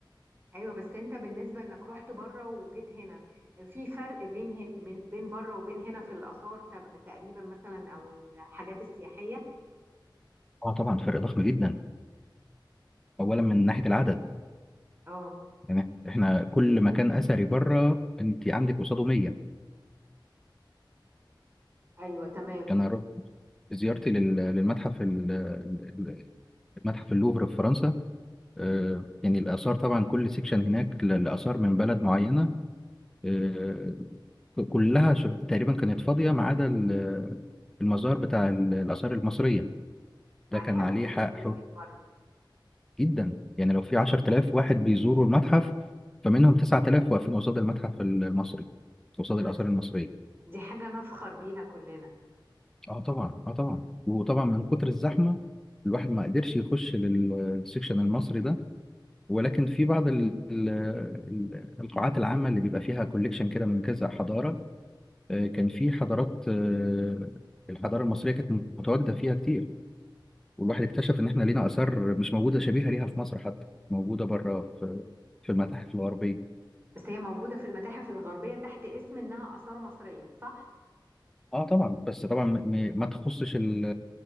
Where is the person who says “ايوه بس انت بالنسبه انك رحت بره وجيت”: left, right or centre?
Right